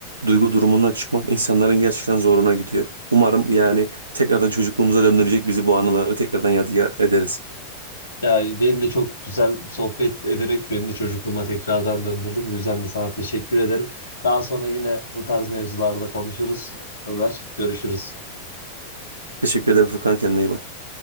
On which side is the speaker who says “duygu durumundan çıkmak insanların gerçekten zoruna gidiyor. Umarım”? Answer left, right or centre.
Right